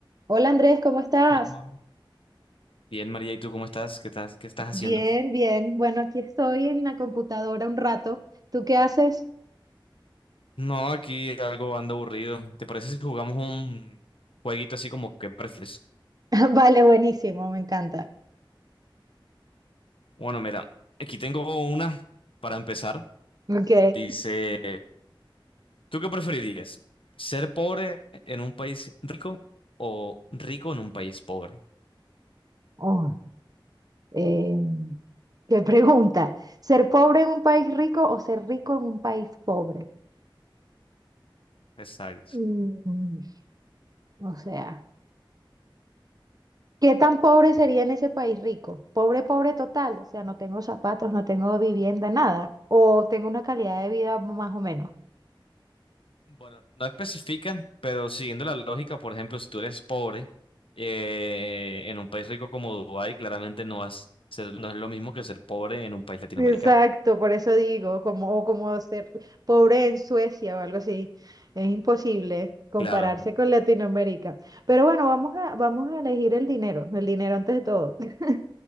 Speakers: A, on the right; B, on the left.
A: Hola Andrés, ¿cómo estás?
B: Hola. Bien, María, ¿y tú cómo estás? ¿Qué estás, qué estás haciendo?
A: Bien, bien. Bueno, aquí estoy en la computadora un rato. ¿Tú qué haces?
B: No, aquí algo ando aburrido. ¿Te parece si jugamos un jueguito así como que prefieres?
A: <laughs> Vale, buenísimo, me encanta.
B: Bueno, mira, aquí tengo una para empezar.
A: Ok.
B: Dice, ¿tú qué preferirías? ¿Ser pobre en un país rico o rico en un país pobre?
A: Oh, eh, qué pregunta. ¿Ser pobre en un país rico o ser rico en un país pobre?
B: Exacto.
A: Mm, o sea, ¿qué tan pobre sería en ese país rico? Pobre, pobre total. O sea, no tengo zapatos, no tengo vivienda, nada. O tengo una calidad de vida más o menos.
B: Bueno, no especifican, pero siguiendo la lógica, por ejemplo, si tú eres pobre, eh, en un país rico como Dubái, claramente no vas a ser- no es lo mismo que ser pobre en un país latinoamericano.
A: Exacto, por eso digo, como, o como ser pobre en Suecia o algo así. Es imposible compararse
B: Claro,
A: con Latinoamérica. Pero bueno, vamos a, vamos a elegir el dinero, el dinero antes de todo. <laughs>